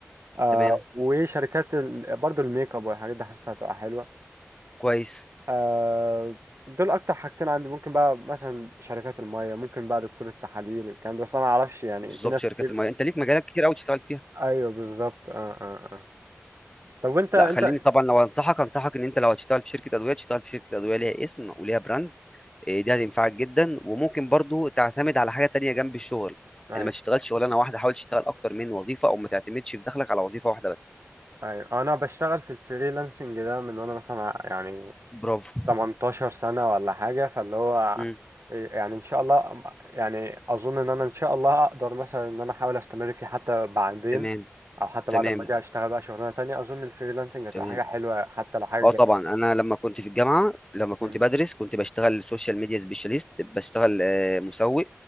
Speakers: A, on the right; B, on the left.
A: آه
B: تمام
A: وشركات ال... برضه الميك اب والحاجات دي حاسسها هتبقى حلوه
B: كويس
A: آه، دول اكتر حاجتين عندي ممكن بقى مثلا شركات المية ممكن بقى دكتور التحاليل الكلام ده بس انا ما اعرفش يعني
B: بالظبط
A: في ناس
B: شركات
A: كتير
B: المياه انت ليك مجالات كتير قوي تشتغل فيها
A: ايوه بالظبط اه اه اه طب وانت
B: لا
A: انت
B: خليني طبعا لو انصحك انصحك ان انت لو هتشتغل في شركة ادوية تشتغل في شركة ادوية ليها اسم وليها براند آه، دي هتنفعك جدا وممكن برضو تعتمد على حاجة تانية جنب الشغل
A: ايوه
B: يعني ما تشتغلش شغلانة واحدة حاول تشتغل اكتر من وظيفة او ما تعتمدش في دخلك على وظيفة واحدة بس
A: ايوه انا بشتغل في الفريلانسنج ده من وانا مثلا ع- يعني
B: برافو
A: 18 سنة ولا حاجة فاللي هو
B: مم.
A: يعني ان شاء الله يعني اظن ان انا ان شاء الله اقدر مثلا ان انا احاول استمر فيه حتى بعدين
B: تمام
A: او حتى بعد
B: تمام
A: ما اجي اشتغل بقى شغلانة تانية اظن الفريلانسنج هتبقى
B: تمام
A: حاجة حلوة حتى لو حاجة
B: اه
A: جانبية
B: طبعا انا لما كنت في الجامعه لما كنت
A: مم.
B: بدرس كنت بشتغل سوشيال ميديا سبيشاليست بشتغل آه، مسوق